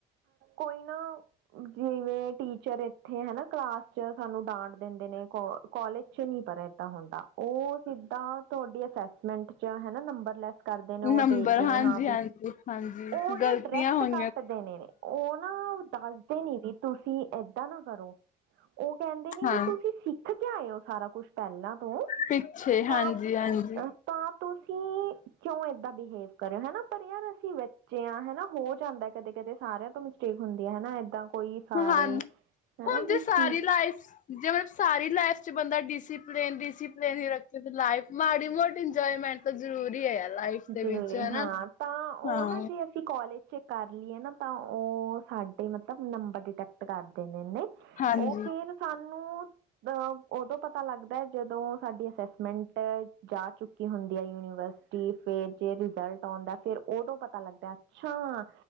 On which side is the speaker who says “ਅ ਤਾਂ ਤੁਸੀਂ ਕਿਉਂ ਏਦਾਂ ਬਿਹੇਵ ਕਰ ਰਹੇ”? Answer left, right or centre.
Right